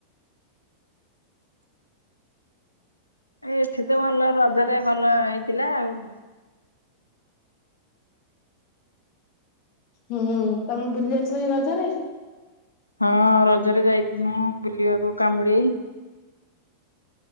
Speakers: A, on the left; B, on the left.
A: ଏ ଏଠି ତ ଭଲ ରଜରେ ଭଲ ହେଇଥିଲା ଆଉ।
B: ହୁଁ ତମେ ବୁଲି ଯାଇଥିଲ ଏଇ ରଜ ରେ?
A: ହଁ ରଜରେ ଯାଇଥିନୁ ବୁଲିବାକୁ କାମୁଡେଇ।